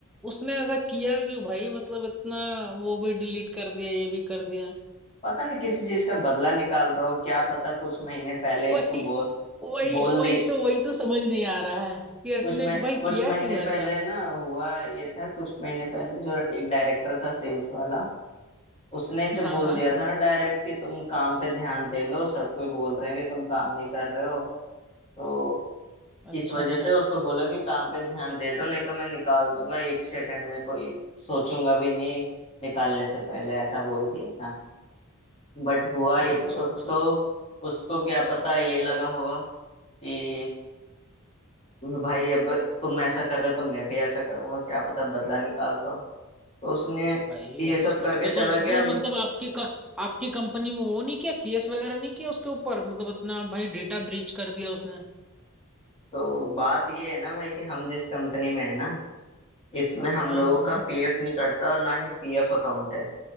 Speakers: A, in the centre; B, on the left.
A: उसने ऐसा किया क्यों भाई मतलब इतना वो भी डिलीट कर दिया ये भी कर दिया
B: पता नहीं किसी चीज का बदला निकाल रहा हो क्या पता कुछ महीने पहले इसको
A: वही
B: बो,
A: वही
B: बोल
A: वही
B: दिए
A: तो वही तो समझ नहीं आ रहा है कि इसने
B: कुछ मह,
A: भाई
B: कुछ
A: किया
B: महीने
A: क्यों ऐसा
B: पहले ना हुआ ये था कुछ महीने पहले जो एक डायरेक्टर था सेल्स वाला उसने इसे
A: हाँ
B: बोल
A: हाँ
B: दिया था ना डायरेक्ट कि तुम काम पे ध्यान दे लो सब कोई बोल रहे हैं कि तुम काम नहीं कर रहे हो तो
A: अच्छा
B: इस वजह
A: अच्छा
B: से उसको बोला कि काम पे ध्यान दे दो नहीं तो मैं निकाल दूंगा एक सेकंड में कोई सोचूंगा भी नहीं निकालने से पहले ऐसा बोल दिया था बट हुआ ही-
A: अच्छा
B: हम्म
A: अच्छा
B: तो
A: अच्छा
B: उसको क्या पता ये लगा होगा कि भाई अब तुम ऐसा कर रहे हो तो मैं भी ऐसा करूंगा क्या पता बदला निकाल रहा हूँ तो उसने
A: भाई
B: ये
A: ऐसा
B: सब
A: थोड़ी
B: करके
A: तो,
B: चला
A: तो उसको
B: गया
A: मतलब आपकी क- आपकी कंपनी में वो नहीं किया केस वगैरह नहीं किया उसके ऊपर मतलब इतना भाई डेटा ब्रीच कर दिया उसने
B: तो बात ये है ना भाई कि हम जिस कंपनी में है ना इसमें हम
A: हाँ
B: लोगों
A: हाँ हाँ
B: का पीएफ नहीं कटता और ना ही पीएफ अकाउंट है